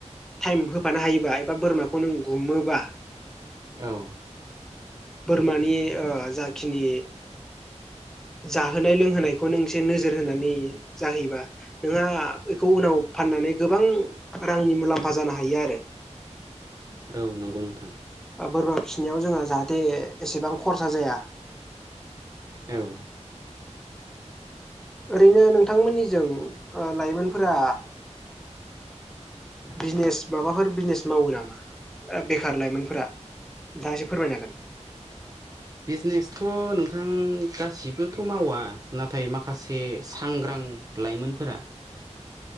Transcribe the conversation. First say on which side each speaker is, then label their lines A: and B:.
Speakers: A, in the centre; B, on the right.
A: टाइम होफानो हायोबा एबा बोरमाखौ नों गुमोबा
B: औ
A: बोरमानि ओ जाखिनि जाहोनाय लोंहोनायखौ नों एसे नोजोर होनानै जाहोयोबा। नोंहा बेखौ उनाव फाननानै गोबां रांनि मुलाम्फा जानो हायो आरो।
B: औ नंगौ नोंथां।
A: बोरमा फिसिनायाव जोंहा जाहाथे एसेबां खरसा जाया।
B: औ
A: ओरैनो नोंथांमोननिजों ओ लाइमोनफोरा बिजनेस माबाफोर बिजनेस मावो नामा? ओ बेखार लाइमोनफोरा नोंथांआ एसे फोरमायनो हागोन?
B: बिजनेसथ' नोंथां गासिबोथ' मावा नाथाय माखासे सांग्रां लाइमोनफोरा
A: <inaudible>